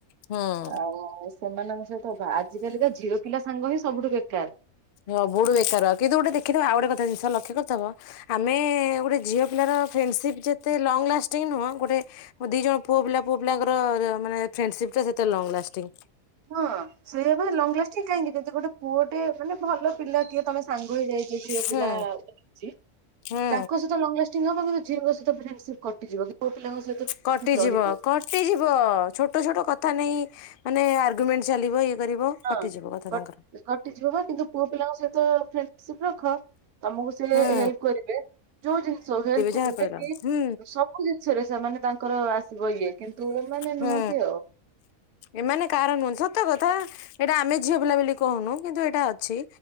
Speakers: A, on the left; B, on the right.
A: ହୁଁ
B: ଆଉ ସେମାନଙ୍କ ସହିତ ବା ଆଜିକାଲିକା ଝିଅ ପିଲା ସାଙ୍ଗ ହିଁ ସବୁଠୁ ବେକାର।
A: ସବୁଠୁ ବେକାର କିନ୍ତୁ ଗୋଟେ ଦେଖିଥିବ ଆଉ ଗୋଟେ କଥା ଜିନିଷ ଲକ୍ଷ୍ୟ କରିଥବ। ଆମେ ଗୋଟେ ଝିଅ ପିଲାର ଫ୍ରେଣ୍ଡସିପ ଯେତେ ଲଙ୍ଗ ଲାଷ୍ଟିଙ୍ଗ ନୁହଁ, ଗୋଟେ ଦି ଜଣ ପୁଅ ପିଲା ପୁଅ ପିଲାଙ୍କର ମାନେ ଫ୍ରେଣ୍ଡସି ସିପ୍ ଟା ସେତେ ଲଙ୍ଗ ଲାଷ୍ଟିଂ।
B: ହଁ ସେୟା ବା ଲଙ୍ଗ ଲାଷ୍ଟି କାହିଁକି, ଯଦି ଗୋଟେ ପୁଅଟେ ମାନେ ଭଲ ପିଲା କିଏ ତମେ ସାଙ୍ଗ ହେଇ ଯାଇ ଝିଅ
A: ହୁଁ
B: ପିଲା ଅଛି,
A: ହୁଁ
B: ତାଙ୍କ ସହିତ ଲଙ୍ଗ ଲାଷ୍ଟିଙ୍ଗ ଷ୍ଟିଙ୍ଗ ହବ କିନ୍ତୁ ଝିଅଙ୍କ ସହିତ ଫ୍ରେଣ୍ଡସିପ କଟିଯିବ। ପିଲାଙ୍କ ସହିତ ଫ୍ରେଣ୍ଡସିପ
A: କଟିଯିବ
B: ରହିବ
A: କଟିଯିବ। ଛୋଟ ଛୋଟ କଥା ନେଇ ମାନେ ଆର୍ଗୁମେଣ୍ଟ ଚାଲିବ ଇଏ କରିବ
B: ହଁ
A: କଟିଯିବ କଥା
B: କଟି
A: ତାଙ୍କର
B: କଟିଯିବ ବା କିନ୍ତୁ ପୁଅ ପିଲାଙ୍କ ସହିତ ଫ୍ରେଣ୍ଡସିପ ରଖ ତମକୁ ସେ ହେଲ୍ପ
A: ହୁଁ
B: କରିବେ, ଯୋଉ ଜିନିଷ ହଉ ହେଲ୍ପ
A: ଯାହା
B: କରିବେ
A: କହିଲ
B: କି
A: ହୁଁ
B: ସବୁ ଜିନିଷରେ ସେମାନେ ତାଙ୍କର ଆସିବ ଇଏ କିନ୍ତୁ ଏମାନେ ନୁହନ୍ତି
A: ହୁଁ
B: ଆଉ।
A: ଏମାନେ କାହର ନୁହଁନ୍ତି। ସତକଥା ଏଇଟା ଆମେ ଝିଅ ପିଲା ବୋଲି କହୁନୁ କିନ୍ତୁ ଏଇଟା ଅଛି